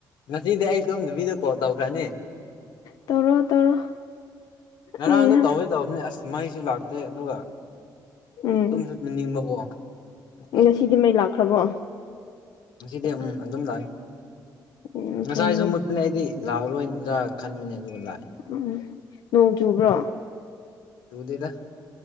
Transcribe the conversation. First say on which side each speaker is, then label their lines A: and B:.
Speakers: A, on the left; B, on the left.
A: ꯉꯁꯤꯗꯤ ꯑꯩ ꯇꯨꯝꯗꯕꯤꯗ ꯀꯣꯜ ꯇꯧꯈ꯭ꯔꯅꯤ
B: ꯇꯧꯔꯣ ꯇꯧꯔꯣ
A: ꯉꯔꯥꯡꯅ
B: ꯑꯩꯍꯥ
A: ꯇꯧꯋꯦ ꯇꯕꯅꯤ ꯑꯁ ꯃꯩꯁꯨ ꯂꯥꯛꯇꯦ ꯑꯗꯨꯒ
B: ꯎꯝ
A: ꯇꯨꯝꯁꯨ ꯇꯨꯝꯅꯤꯡꯕꯀꯣ ꯑꯗꯨ
B: ꯉꯁꯤꯗꯤ ꯃꯩ ꯂꯥꯛꯈ꯭ꯔꯕꯣ
A: ꯉꯗꯤ ꯎꯝ ꯑꯗꯨꯝ ꯂꯥꯛꯑ
B: ꯎꯝ
A: ꯉꯁꯥꯏꯁꯨꯨ
B: ꯐꯩꯅꯦ
A: ꯃꯨꯠ ꯂꯦ ꯑꯩꯗꯤ ꯂꯥꯛꯑꯔꯣꯏꯗ꯭ꯔ ꯈꯟꯕꯅꯦ ꯑꯗꯨꯒ ꯂꯥꯛꯑꯦ
B: ꯎꯝ ꯅꯣꯡ ꯆꯨꯕ꯭ꯔꯣ
A: ꯆꯨꯗꯦꯗ